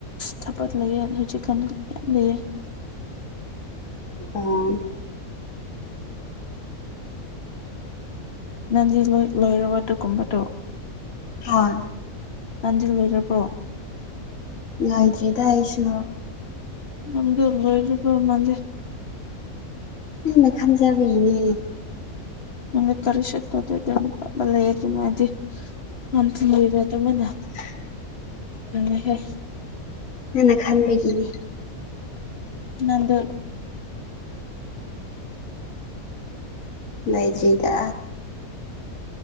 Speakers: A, on the left; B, on the left.
A: ꯊꯥꯄ ꯂꯩꯌꯦ ꯍꯧꯖꯤꯛꯀ ꯂꯩꯦ
B: ꯑꯥ
A: ꯅꯪꯗꯤ ꯂꯣꯏ ꯂꯣꯏꯔꯕ ꯑꯗꯨꯒꯨꯝꯕꯗꯨꯣ
B: ꯑ
A: ꯇꯥꯟꯖꯤꯜ ꯑꯣꯏꯔꯕ꯭ꯔꯣ
B: ꯂꯣꯏꯗ꯭ꯔꯤꯗ ꯑꯩꯁꯨ
A: ꯅꯝꯗ ꯂꯣꯏꯔꯕ ꯃꯥꯜꯜꯂꯤꯦ
B: ꯅ ꯈꯝꯖꯕꯅꯦ
A: ꯃ ꯀꯔꯤꯁꯤ ꯇꯗꯕꯂ ꯍꯦꯒꯅ ꯍꯥꯏꯗꯤ ꯃꯟꯁ ꯂꯩꯔꯗ ꯃꯅꯥ
B: <unintelligible>
A: ꯀꯪꯉꯍꯦ
B: ꯅꯅ ꯈꯥꯟꯕꯒꯅꯤ
A: ꯅꯗ
B: ꯃꯩꯖꯔꯤꯗ